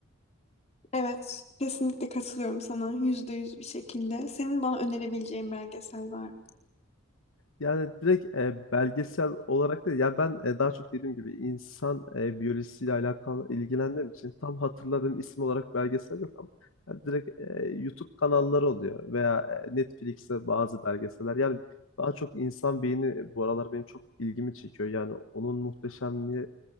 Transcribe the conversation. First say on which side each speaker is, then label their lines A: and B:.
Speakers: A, on the left (about 30°); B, on the left (about 65°).
A: Evet, kesinlikle katılıyorum sana yüzde yüz bir şekilde. Senin bana önerebileceğin belgesel var mı?
B: Yani direkt e, belgesel olarak da yani ben e, daha çok dediğim gibi insan e, biyolojisiyle alakalı ilgilendiğim için tam hatırladığım isim olarak belgesel yok ama yani direkt e, YouTube kanalları oluyor veya e, Netflix'te bazı belgeseller. Yani daha çok insan beyni bu aralar benim çok ilgimi çekiyor. Yani onun muhteşemliği